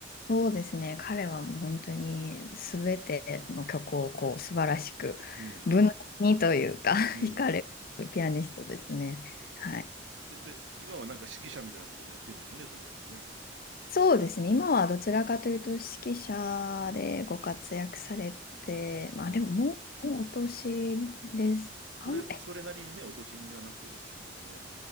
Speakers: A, on the left; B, on the right.
A: そうですね。彼はもう本当に全ての曲をこう素晴らしく、
B: うん、
A: 無難にというか <laughs>
B: うん。
A: 弾かれるピアニストですね。はい。
B: で、で、今はなんか指揮者みたいなこともやってるんですよね、その後ね。
A: そうですね。今はどちらかというと指揮者でご活躍されて、まあでももう、
B: うん。
A: もうお年です。
B: それ、
A: あん、え
B: それなりにね、お年にはなってるでしょうけどね。